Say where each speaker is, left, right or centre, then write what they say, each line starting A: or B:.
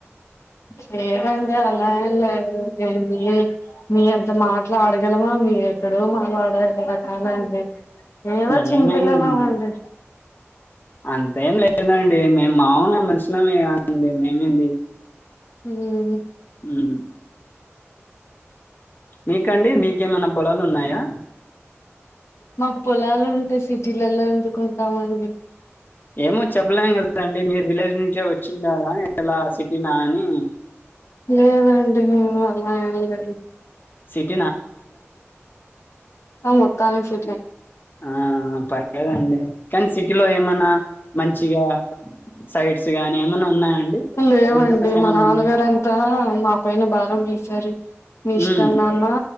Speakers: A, on the left; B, on the left.
A: <unintelligible>
B: లేదండి అలా ఏమి లేదు నేను మీ మీ అంత మాట్లాడగలమా మీ రెక్కడొ మాట్లాడె రకాలండి ఏదో
A: మేమేనండి
B: చిన్నపిల్లలమండి
A: అంతేం లేదండి మాములు మనుషులమే గ అండి మేమింది
B: హ
A: హ్ మీకండి మీకేమైనా పొలాలు ఉన్నాయ యా <inaudible>
B: మాకు పొలాలు ఉంటే సిటీలలో ఎందుకుంటామ అండి
A: ఏమో చెప్పలేం కదాండి మీరు విలేజ్ నుంచే వచ్చిండార ఎలా సిటీ నా అని
B: లేదండి మేము అలా ఎల్లలే
A: సిట్
B: మత్తానుంచి
A: ఆ పర్లేదండి కానీ సిటీలో ఏమన్నా మంచిగా సైట్స్ గాని ఏమన్నా ఉన్నాయా అండి?
B: లేవండి
A: బిజినెస్ ఏమన్నా
B: మా నాన్నగారంతా
A: ఉన్నాయా?
B: మా పైన బా భారం వేసారు మీ ఇష్టం
A: హ్మ్.
B: అమ్